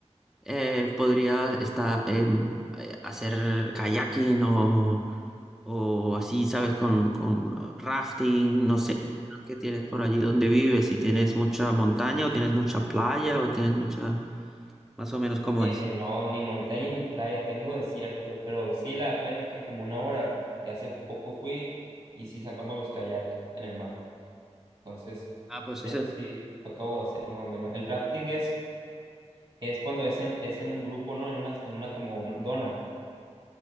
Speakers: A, in the centre; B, on the right (about 50°).
A: eh, podría estar, em, eh, hacer kayaking o, o así, ¿sabes? Con, con rafting, no sé, más o menos qué tienes por allí donde vives, si tienes mucha montaña o tienes mucha playa o tienes mucha, más o menos cómo
B: Eh,
A: es.
B: no, ni montaña ni playa, tengo desierto, pero sí, la playa me queda como una hora y hace poco fui y sí sacamos los kayak en el mar. Entonces,
A: Ah, pues
B: eso
A: ese,
B: sí, lo acabo de hacer más o menos. El rafting es, es cuando es en, es en un grupo, ¿no? En una, en una como dona,